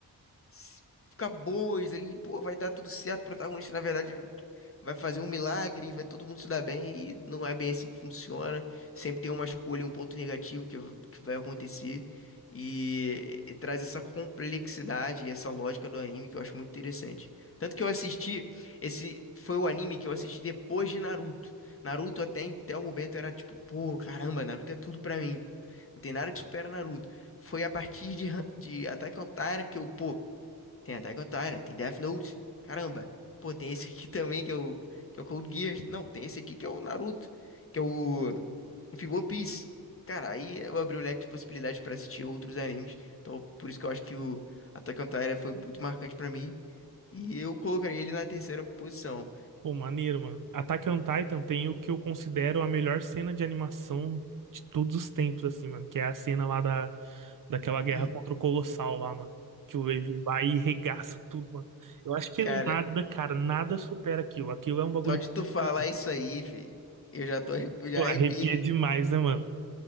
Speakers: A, on the left; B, on the right.
A: s- ficar boas ali, pô, vai dar tudo certo, o protagonista, na verdade, vai fazer um milagre, vai todo mundo se dar bem, e não é bem assim que funciona. Sempre tem uma escolha, um ponto negativo que, v- que vai acontecer, e, e traz essa complexidade e essa lógica do anime que eu acho muito interessante. Tanto que eu assisti, esse foi o anime que eu assisti depois de Naruto. Naruto até, em- até o momento era tipo, pô, caramba, Naruto é tudo pra mim. Não tem nada que supera Naruto. Foi a partir de, Han- de Attack on Titan que eu, pô, tem Attack on Titan, tem Death Note. Caramba. Pô, tem esse aqui <laughs> também que é o, que é o Code Geass. Não, tem esse aqui que é o Naruto. Que é o. Enfim, One Piece. Cara, aí eu abri o leque de possibilidades pra assistir outros animes. Então, por isso que eu acho que o Attack on Titan foi muito marcante pra mim. E eu colocaria ele na terceira posição.
B: Pô, maneiro, mano. Attack on Titan tem o que eu considero a melhor cena de animação de todos os tempos, assim, mano. Que é a cena lá da, daquela guerra
A: Hum,
B: contra o Colossal lá, mano. Que o Levi vai e regaça tudo, mano. Eu acho que
A: cara,
B: nada, cara, nada supera aquilo. Aquilo é um bagulho
A: só de
B: que
A: tu falar
B: pra mim,
A: isso aí, filho, eu já tô <laughs> arrepi- já
B: pô,
A: arrepio
B: arrepia
A: aqui.
B: demais, né, mano?